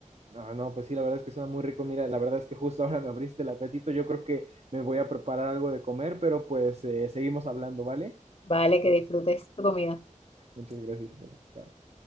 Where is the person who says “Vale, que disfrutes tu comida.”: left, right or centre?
Left